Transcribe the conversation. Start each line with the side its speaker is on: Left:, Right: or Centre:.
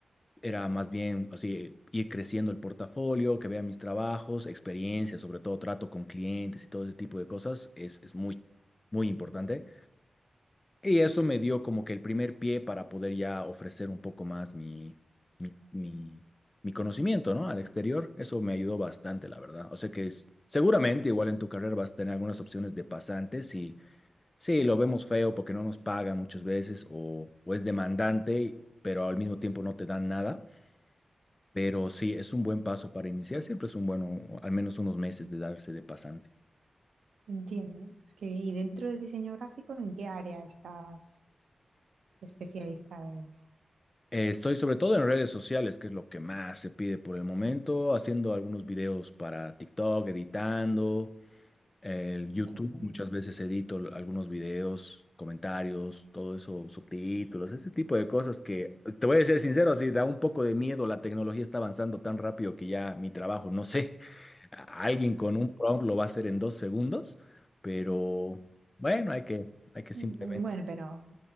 Left: era más bien así, ir creciendo el portafolio, que vean mis trabajos, experiencias, sobre todo trato con clientes y todo ese tipo de cosas, es, es muy, muy importante. Y eso me dio como que el primer pie para poder ya ofrecer un poco más mi, mi, mi- mi conocimiento, ¿no? Al exterior. Eso me ayudó bastante, la verdad. O sea que es- seguramente igual en tu carrera vas a tener algunas opciones de pasantes y sí, lo vemos feo porque no nos pagan muchas veces o, o es demandante, pero al mismo tiempo no te dan nada. Pero sí, es un buen paso para iniciar. Siempre es un bueno, al menos unos meses de darse de pasante.
Right: entiendo. Es que, y dentro del diseño gráfico, ¿en qué área estás especializado?
Left: Eh, Estoy sobre todo en redes sociales, que es lo que más se pide por el momento, haciendo algunos videos para TikTok, editando, el YouTube,
Right: Qué bien.
Left: muchas veces edito l- algunos videos, comentarios, todo eso, subtítulos, ese tipo de cosas que, te voy a ser sincero, sí da un poco de miedo, la tecnología está avanzando tan rápido que ya mi trabajo, no sé, <laughs> a- alguien con un prompt lo va a hacer en dos segundos, pero bueno, hay que, hay que
Right: Mm,
Left: simplemente
Right: Bueno, pero